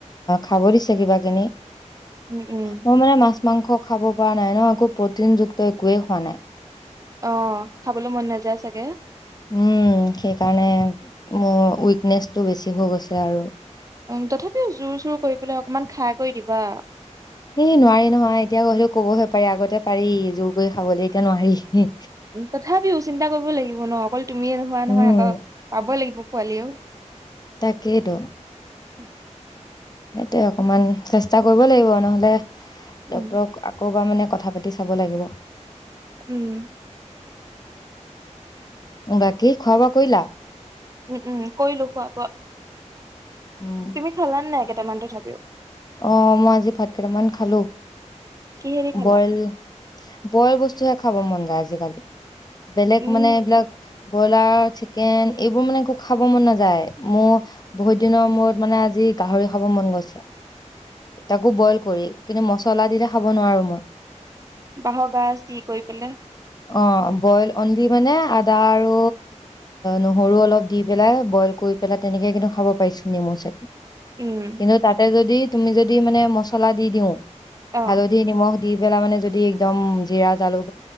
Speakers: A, on the left; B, on the right.
A: খাব দিছে কিবা কিনি।
B: উম-উম
A: মই মানে মাছ মাংস খাব। খোৱা নাই ন', একো প্ৰটিন যুক্ত একোৱে খোৱা নাই।
B: অ', খাবলৈ মন নাযায় চাগে।
A: উম ', সেইকাৰণে মোৰ উইকনেচটো বেছি হৈ গৈছে আৰু,
B: উম্ তথাপিও জোৰ- চোৰ কৰি পেলাই অকমান খাই কৰি দিবা।
A: এই নোৱাৰি নহয়, এতিয়া সলেও কবহে পাৰি আগতে পাৰি জোৰ কৰি খাবলে এতিয়া নোৱাৰি।
B: তথাপিও চিন্তা কৰিবই লাগিব ন', অকল তুমিয়ে নোহোৱা নহয়,
A: উম
B: আকৌ পাবই লাগিব। পোৱালিও,
A: তাকেইতো
B: উম,
A: সেইটোৱে অকমান চেষ্টা কৰিব লাগিব নহলে,
B: উম,
A: ডক্তৰক আকৌ বা মানে, - কথা-পাতি চাব লাগিব।
B: উম
A: বাকী খোৱা বোৱা কৰিলা
B: উম উম কৰিলো খোৱা বোৱা
A: উম
B: তুমি খালা নাই কিমান টো থাকিও
A: অ মই আজি ভাত কেইটামান খালো
B: কিহেদি খালা?
A: বইল বইল বস্তুহে খাব মন যায় আজিকালি বেলেগ
B: উম,
A: মানে এইবিলাক ব্ৰইলাৰ চিকেন এইবোৰ মানে এক খাব মন নাযায় মোৰ বহুত দিনৰ মূৰত মানে আজি গাহৰি খাব মন গৈছে তাকো বইল কৰি কিন্তু মচলা দি খাব নোৱাৰোঁ মই
B: বাহঁ গাচ কৰি পলে
A: অ বইল অনলি মানে আদা আৰু নহৰু অলপ দি পেলাই বইল কৰি পেলাই তেনেকে কিন্তু খাব পাৰিছো নেমু চে
B: উম,
A: কিন্তু ততে যদি তুমি যদি মানে মছলা দি দিওঁ
B: অ'।
A: হালধি নিমখ দি পেলাই মানে যদি একদম জিৰা জালুক